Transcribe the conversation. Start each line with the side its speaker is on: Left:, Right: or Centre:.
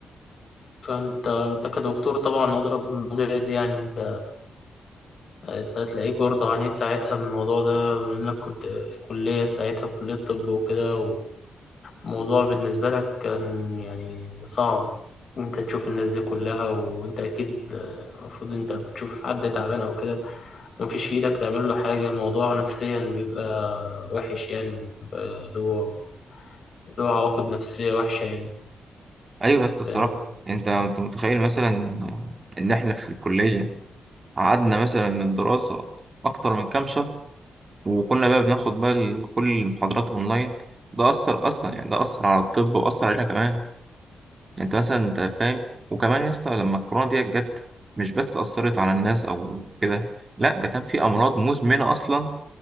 Left: فانت انت كدكتور طبعا اضرب المواضيع دي يعني انت انت هتلاقيك برضه عانيت ساعتها من الموضوع ده بما انك كنت في كلية ساعتها في كلية طب وكده والموضوع بالنسبة لك كان يعني صعب انت تشوف الناس دي كلها وانت اكيد المفروض انت بتشوف حد تعبان او كده مفيش في ايدك تعمل له حاجة الموضوع نفسيا بيبقى وحش يعني بيبقى له له عواقب نفسية وحشة يعني
Right: ايوه يا اسطى الصراحه
Left: فاهم
Right: انت انت متخيل مثلا ان احنا في الكليه قعدنا مثلا من دراسه اكتر من كام شهر وكنا بقى بناخد بقى ال- كل المحاضرات اونلاين ده اثر اصلا يعني ده اثر على الطب واثر علينا كمان انت مثلا انت فاهم وكمان يا اسطى لما الكورونا ديت جت مش بس اثرت على الناس او كده لا ده كان في امراض مزمنه اصلا